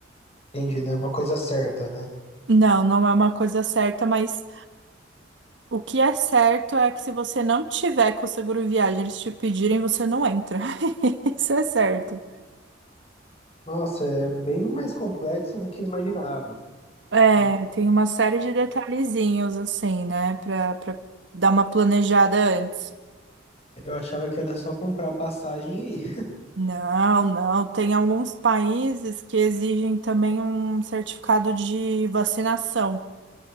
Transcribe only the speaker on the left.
entendi, né? Uma coisa certa, né?
Nossa, é bem mais complexo do que eu imaginava.
Eu
achava que era só comprar a passagem e ir.